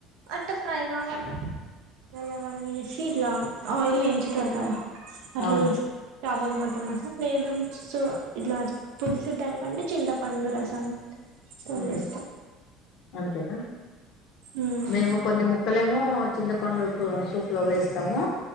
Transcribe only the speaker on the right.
అంటే ఫ్రై కావాలి అల్ల అవన్నీ వేసి ఇట్లా ఆయిల్ వేయించుతారు కదా అట్లా
చెస్ చాపల్ మొత్తం మా సం లేదు సో ఇట్లా పులుసు టైప్ అంటే చింతపండు రసం తోని
చేస్తాం
మ్మ్